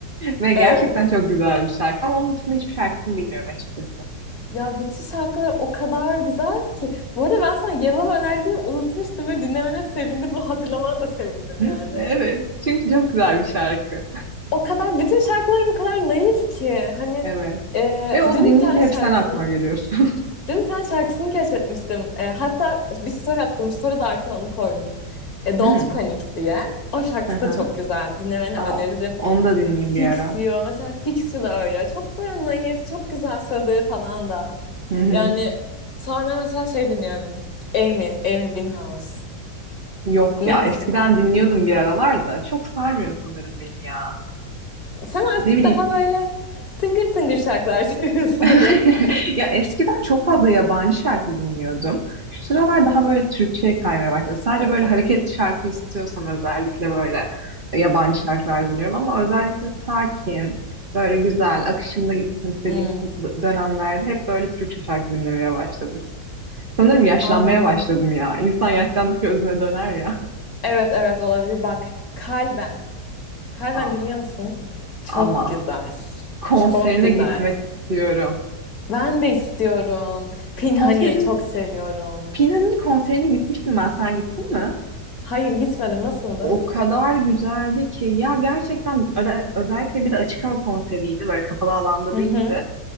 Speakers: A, on the right; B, on the left.
A: Ve gerçekten
B: Evet.
A: çok güzel bir şarkı. Ama onun dışında hiçbir şarkısını bilmiyorum açıkçası.
B: Ya bütün şarkılar o kadar güzel ki. Bu arada ben sana Yellow önerdiğimi unutmuştum ve dinlemene sevindim. Bu hatırlamana da sevindim
A: Hı?
B: yani.
A: Evet. Çünkü çok güzel bir şarkı.
B: O kadar bütün şarkıları bu kadar naif ki. Hani
A: Evet.
B: e,
A: Ve onu
B: dün
A: dinleyince
B: bir tane
A: hep
B: şarkısını
A: sen aklıma geliyorsun. <laughs>
B: Dün bir tane şarkısını keşfetmiştim. E, hatta bir story attım. Story'de arkaya onu koydum. E, Don't
A: Hmm.
B: Panic diye. O şarkısı
A: Hı hı.
B: da çok güzel. Dinlemeni
A: Aa,
B: öneririm.
A: onu da dinleyeyim
B: Fix
A: bir ara.
B: You. Mesela Fix You da öyle. Çok böyle naif, çok güzel sözleri falan da.
A: Hı hı.
B: Yani sonra mesela şey dinliyorum. Amy, Amy Winehouse.
A: Yok
B: Dinliyor
A: ya.
B: musun?
A: Eskiden dinliyordum bir aralar da. Çok sarmıyor sanırım beni ya.
B: Sen
A: Ne
B: artık
A: bileyim.
B: daha böyle tıngır tıngır şarkılar <laughs> seviyorsun
A: <laughs>
B: herhalde.
A: Ya eskiden çok fazla yabancı şarkı dinliyordum. Şu sıralar daha böyle Türkçe'ye kaymaya başladı. Sadece
B: Hı
A: böyle
B: hı.
A: hareketli şarkı istiyorsam özellikle böyle yabancı şarkılar dinliyorum ama özellikle sakin, böyle güzel, akışında gitsin istediğim
B: Hmm.
A: dönemlerde hep böyle Türkçe şarkı dinlemeye başladım. Sanırım yaşlanmaya
B: Aa,
A: başladım ya. İnsan yaşlandıkça özüne döner ya.
B: evet evet olabilir. Bak, Kalben. Kalben
A: Ah
B: dinliyor musun? Çok
A: ama
B: güzel.
A: konserine
B: Çok güzel.
A: gitmek istiyorum.
B: Ben de istiyorum. Pinhani
A: Konserin,
B: çok seviyorum.
A: Pin'in konserine gitmiştim ben. Sen gittin mi?
B: Hayır gitmedim. Nasıldı?
A: O kadar güzeldi ki ya gerçekten öde- özellikle bir de açık hava konseriydi böyle kapalı alanda
B: Hı
A: değildi.
B: hı.